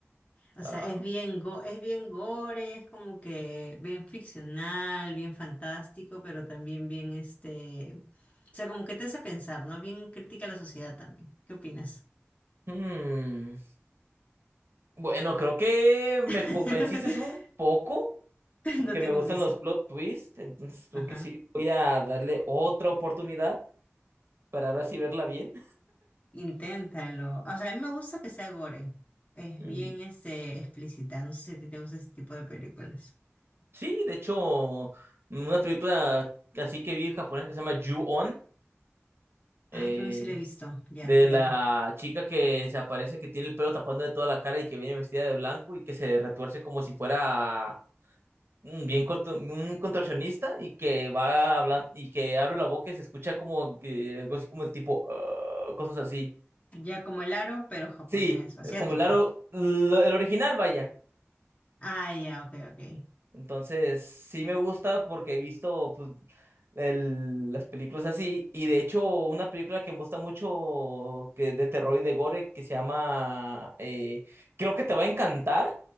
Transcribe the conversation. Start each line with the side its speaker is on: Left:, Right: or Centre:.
Left: O
Right: Ah,
Left: sea, es bien, go- es bien gore, es como que bien ficcional, bien fantástico, pero también bien este... O sea, como que te hace pensar, ¿no? Bien crítica a la sociedad también. ¿Qué opinas?
Right: hmm. Bueno, creo que me
Left: <laughs>
Right: convenciste un poco porque
Left: No
Right: me
Left: te convencí.
Right: gustan los plot twists, entonces creo
Left: Ajá.
Right: que sí voy a darle otra oportunidad para ahora sí verla bien.
Left: Inténtalo. O sea, a mí me gusta que sea gore. Es
Right: Mm,
Left: bien este, explícita. No sé si a ti te gusta ese tipo de películas.
Right: Sí, de hecho, una película así que vi japonesa que se llama Ju-On. eh,
Left: Ah, creo que sí la he visto. Ya,
Right: de
Left: dale.
Right: la chica que se aparece, que tiene el pelo tapando de toda la cara y que viene vestida de blanco y que se retuerce como si fuera mm, bien corto- un contorsionista y que va hablando y que abre la boca y se escucha como que- algo así como tipo "Ah", cosas así.
Left: Ya como el aro, pero japonés,
Right: Sí,
Left: asiático.
Right: eh, como el aro, lo- el original, vaya.
Left: Ah, ya, ok, ok.
Right: Entonces, sí me gusta porque he visto pues, el- las películas así. Y de hecho, una película que me gusta mucho que, de terror y de gore que se llama, eh, creo que te va a encantar.